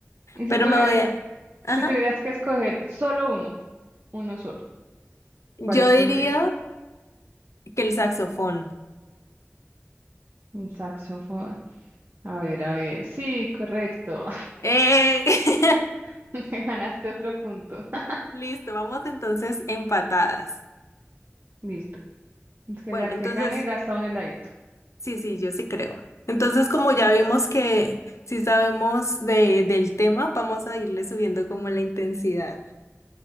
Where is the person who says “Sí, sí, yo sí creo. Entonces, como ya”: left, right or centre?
Left